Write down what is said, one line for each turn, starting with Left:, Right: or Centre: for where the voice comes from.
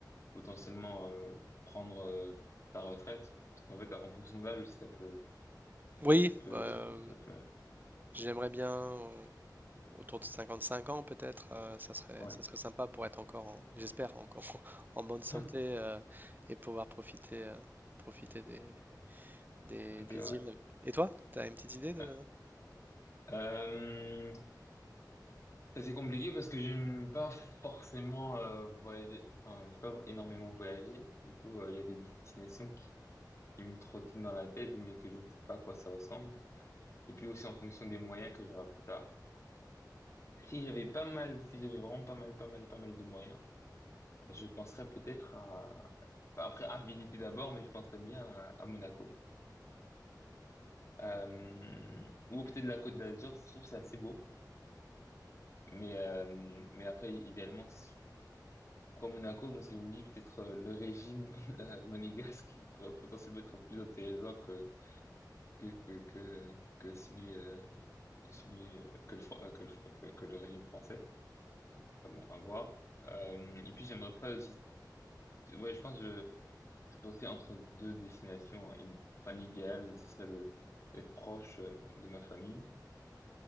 Left: potentiellement euh, prendre euh, ta retraite? Parce qu'en fait, en fonction de l'âge aussi, ça peut...
Right: Oui,
Left: Ça peut,
Right: bah,
Left: ça peut, ça peut.
Right: J'aimerais bien euh, autour de 55 ans peut-être, euh, ça serait,
Left: Ouais.
Right: ça serait sympa pour être encore, en- j'espère, encore <laughs> en bonne
Left: <laughs>
Right: santé euh, et pouvoir profiter, euh, profiter des, des,
Left: Ok,
Right: des
Left: ouais.
Right: îles. Et toi, tu as une petite idée de...
Left: Euh, euh, ça, c'est compliqué parce que je n'aime pas forcément euh, voyager. Enfin, j'ai pas énormément voyagé. Du coup, euh, il y a des destinations qui, qui me trottinent dans la tête, mais que je ne sais pas à quoi ça ressemble. Et puis aussi en fonction des moyens que j'aurai plus tard. Si j'avais pas mal, si j'avais vraiment pas mal, pas mal, pas mal de moyens, je penserais peut-être à, enfin, après à visiter d'abord, mais je penserais bien à, à Monaco. Euh, ou peut-être la Côte d'Azur. Je trouve que c'est assez beau. Mais, euh, mais après, idéalement, c'est- pourquoi Monaco? Parce qu'il me dit peut-être euh, le régime <laughs> euh, monégasque qui pourrait potentiellement être plus intéressant que, que, que, que, que celui, euh, que celui, euh, que le, fran- euh, que le, fr- que, que le régime français. Enfin bon, à voir. Euh, et puis j'aimerais pas aussi, ouais, je pense que je serais aussi entre deux destinations. Il- Enfin, l'idéal, ce serait de, d'être proche euh, de ma famille.